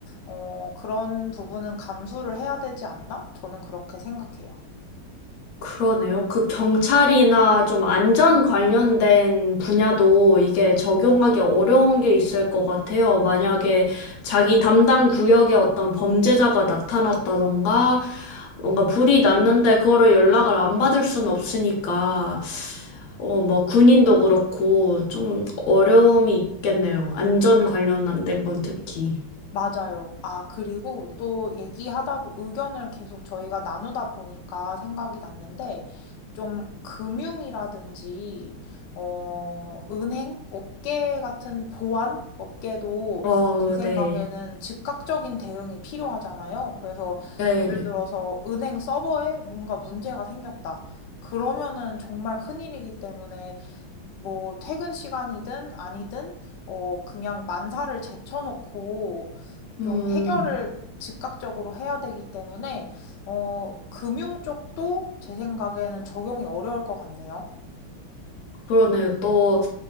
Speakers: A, on the left; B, on the left.
A: 어, 그런 부분은 감수를 해야 되지 않나? 저는 그렇게 생각해요.
B: 그러네요. 그 경찰이나 좀 안전 관련된 분야도 이게 적용하기 어려운 게 있을 것 같아요. 만약에 자기 담당 구역에 어떤 범죄자가 나타났다던가 뭔가 불이 났는데 그거를 연락을 안 받을 순 없으니까 어, 뭐 군인도 그렇고 좀 어려움이 있겠네요. 안전 관련된 건 특히.
A: 맞아요. 아, 그리고 또 얘기하다, 보- 의견을 계속 저희가 나누다 보니까 생각이 났는데, 좀 금융이라든지, 어, 은행, 업계 같은 보안 업계도
B: 어,
A: 제 생각에는
B: 네.
A: 즉각적인 대응이 필요하잖아요. 그래서
B: 네.
A: 예를 들어서 은행 서버에 뭔가 문제가 생겼다. 그러면은 정말 큰일이기 때문에 뭐 퇴근 시간이든 아니든 어 그냥 만사를 제쳐놓고 좀
B: 음,
A: 해결을 즉각적으로 해야 되기 때문에 어 금융 쪽도 제 생각에는 적용이 어려울 것 같네요.
B: 그러네요. 또